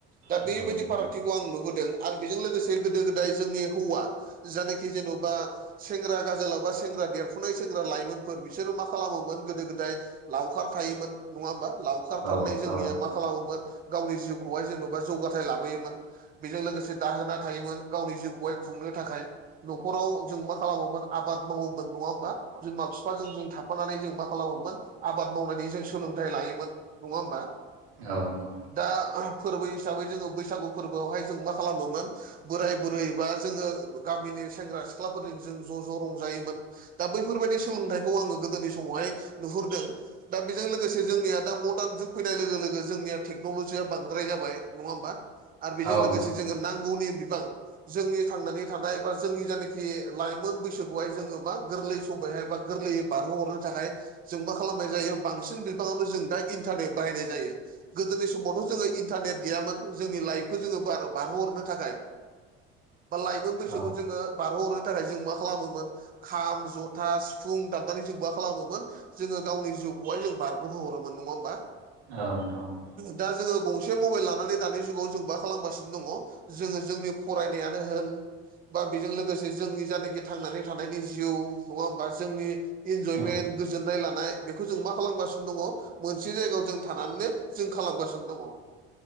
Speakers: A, on the right (about 25°); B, on the right (about 85°).
A: दा
B: औ
A: बेबायदि
B: नोंथां
A: फारागथि खौ आं नुबोदों आरो बेजों लोगोसे गोदो गोदाय जोंनि हौवा जनाखि जेन'बा सेंग्रा गाजोलावबा सेंग्रा देरफुनाय सेंग्रा लाइमोनफोर बिसोरो मा खालामोमोन गोदो गोदाय लावखार थायोमोन। नङा होमबा लावखार थानानै
B: औ
A: जोंनिया
B: औ
A: मा खालामोमोन गावनि जिउखौहाय जेन'बा जौगाथाय लाबोयोमोन। बेजों लोगोसे दाहोना थायोमोन गावनि जिउखौहाय खुंनो थाखाय। न'खराव जों मा खालामोमोन आबाद मावोमोन नङा होमबा। बिमा बिफाजों जों थाफानानै जों मा खालामोमोन आबाद मावनायनि जों सोलोंथाइ लायोमोन। नङा होमबा
B: औ नोंथां
A: दा फोरबो हिसाबै जोङो बैसागु फोरबोआवहाय जों मा खालामोमोन। बोराय बुरै बा जोङो गामिनि सेंग्रा सिख्लाफोरजों जों ज' ज' रंजायोमोन। दा बैफोरबायदि सोलोंथाइखौ आङो गोदोनि समावहाय नुहुरदों। दा बेजों लोगोसे जोंनिया दा मरडान जुग फैनाय लोगो लोगो जोंनिया टेक्न'लजिया बांद्राय जाबाय नङा होमबा। आरो बेजों
B: औ
A: लोगोसे
B: नोंथां
A: जोङो नांगौनि बिबां जोंनि थांनानै थानाय बा जोंनि जानखि लाइमोन बैसोखौहाय जोङो मा गोरलै समबायहाय बा गोरलैयै बारहोहरनो थाखाय जों मा खालामनाय जायो बांसिन बिबाङावनो जों दा इन्टारनेट बाहायनाय जायो। गोदोनि समावथ' जोङो इन्टारनेट गैयामोन। जोंनि लाइफखौ जोङो बा बारहोहरनो थाखाय बा लाइमोन बैसोखौ
B: औ
A: जोङो बारहोहरनो थाखाय जों मा खालामोमोन। खाम जथा सिफुं दामनानै जों मा खालामोमोन। जोङो गावनि जिउखौहाय जों बारग'होहरोमोन नङा होमबा।
B: औ नोंथां औ।
A: दा जोङो गंसे मबाइल लानानै दानि जुगाव जों मा खालामगासिनो दङ। जोङो जोंनि फरायनायानो होन बा बेजों लोगोसे जोंनि जानेखि थांनानै थानायनि जिउ नङा होनबा। जोंनि इनजयमेन
B: औ
A: गोजोननाय लानाय बेखौ जों मा खालामगासिनो दङ। मोनसे जायगायाव जों थानानैनो जों खालामगासिनो दङ।